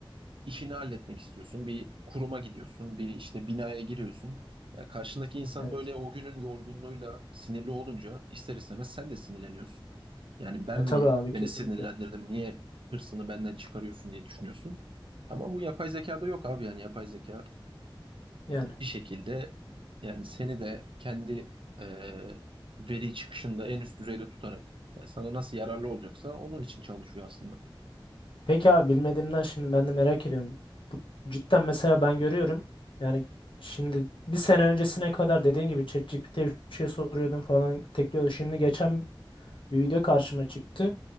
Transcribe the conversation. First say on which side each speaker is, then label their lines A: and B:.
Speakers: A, on the right (about 70°); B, on the left (about 70°).
A: işini halletmek istiyorsun. Bir kuruma gidiyorsun, bir işte binaya giriyorsun. Ya karşındaki insan
B: Evet.
A: böyle o günün yorgunluğuyla sinirli olunca ister istemez sen de sinirleniyorsun. Yani ben
B: E tabii
A: mi
B: abi
A: beni
B: kesinlikle.
A: sinirlendirdim, niye hırsını benden çıkarıyorsun diye düşünüyorsun. Ama bu yapay zekada yok abi yani yapay zeka
B: Yani.
A: yani bir şekilde yani seni de kendi e, veri çıkışında en üst düzeyde tutarak yani sana nasıl yararlı olacaksa onun için çalışıyor aslında.
B: Peki abi bilmediğimden şimdi ben de merak ediyorum. Cidden mesela ben görüyorum. Yani şimdi bir sene öncesine kadar dediğin gibi ChatGPT'ye ye bir şey soruyordum falan. Tek yolu. Şimdi geçen bir video karşıma çıktı.